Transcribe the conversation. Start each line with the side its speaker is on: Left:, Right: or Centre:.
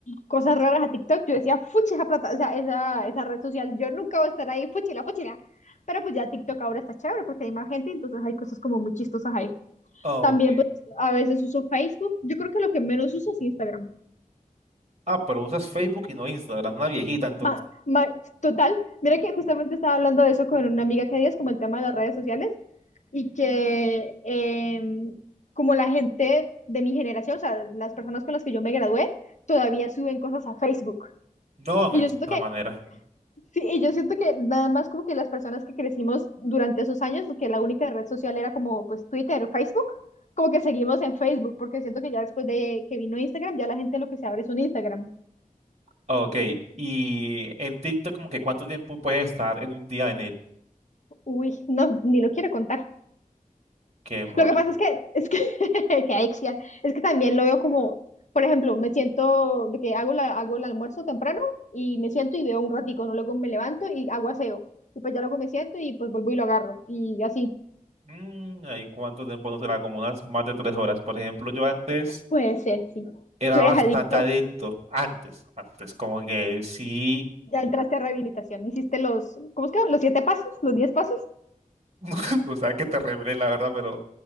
Left: cosas raras a TikTok, yo decía, fuchi, esa plata, o sea, esa, esa red social, yo nunca voy a estar ahí, fuchila, fuchila. Pero pues ya TikTok ahora está chévere porque hay más gente, entonces hay cosas como muy chistosas ahí.
Right: Ok.
Left: También, pues, a veces uso Facebook. Yo creo que lo que menos uso es Instagram.
Right: Ah, pero usas Facebook y no Instagram, una viejita entonces.
Left: Ma- ma- total, mira que justamente estaba hablando de eso con una amiga que días, como el tema de las redes sociales, y que em, como la gente de mi generación, o sea, las personas con las que yo me gradué, todavía suben cosas a Facebook.
Right: No, no
Left: Y
Right: es
Left: yo siento
Right: otra
Left: que,
Right: manera.
Left: sí, y yo siento que nada más como que las personas que crecimos durante esos años, que la única red social era como pues Twitter o Facebook, como que seguimos en Facebook, porque siento que ya después de que vino Instagram, ya la gente lo que se abre es un Instagram.
Right: Ok, y en TikTok como que cuánto tiempo puedes estar en un día en él,
Left: Uy, no, ni lo quiero contar.
Right: qué problema.
Left: Lo que pasa es que, es que, <laughs> que adicción, es que también lo veo como, por ejemplo, me siento de que hago, la, hago el almuerzo temprano y me siento y veo un ratico, ¿no? Luego me levanto y hago aseo. Y pues ya luego me siento y pues vuelvo y lo agarro. Y así.
Right: Mm, ¿y cuánto tiempo no será? Como unas más de tres horas. Por ejemplo, yo antes
Left: Puede ser, sí.
Right: era
Left: Tú eres
Right: bastante
Left: adicto,
Right: adicto, antes, antes, como que sí,
Left: ya entraste a rehabilitación. Hiciste los, ¿cómo es que? Los siete pasos, los diez pasos.
Right: <laughs> o sea que te revelé la verdad, pero